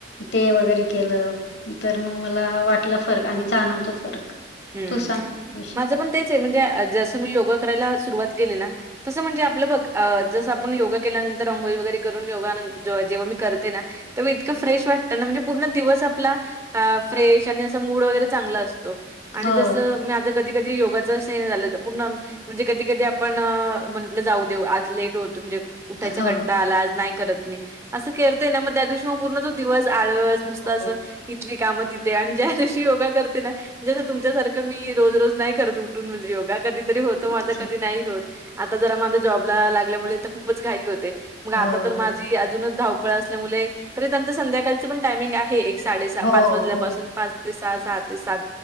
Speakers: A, on the left; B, on the right.
A: ते वगैरे केलं. तर मग मला वाटला फरक. आणि जाणवतो फरक.
B: हम्म.
A: तू सांग विषय?
B: माझं पण तेचे. म्हणजे जसं मी योगा करायला सुरुवात केेली ना. तसं म्हणजे आपलं बघ. जसं आपण योगा केल्यानंतर अंघोळी वगैरे करून. योगा जेव्हा मी करते ना. त इतकं फ्रेश वाटतं ना. म्हणजे पूर्ण दिवस आपला, फ्रेश अस मूड वगैरे चांगला असतो. आणि
A: हो,
B: जसं मी माझ कधी कधी योगाचा झाले त पुर्ण म्हणजे कधी कधी आपण म्हंटलं जाऊ देऊ. आज लेट होतो. म्हणजे उठायचा
A: हो,
B: कंटाळा आला आज नाही करत मी. असं करतेय ना. म त्या दिवशी म पूर्ण दिवस आळस नुसताचं.
A: हो.
B: इथली कामं तिथे. आणि ज्या दिवशी योगा करते ना. जसं तुमच्यासारखं मी रोज रोज नाही करत. उठून म्हणजे योगा. कधीतरी होतो
A: अच्छा.
B: माझं कधी नाही होत. आता जरा माझ् जॉबला लागल्यामुळे तर खूपच घाई होते. मग आता
A: हो.
B: तर माझी अजूनच धाव पळ असल्यामुळे. तरी त्यांच संध्याकाळच पण टायमिंग आहे. एक साडे सा
A: हो
B: पाच वाजल्यापासून
A: हो
B: पाच ते सहा,
A: हो
B: सहा ते सात.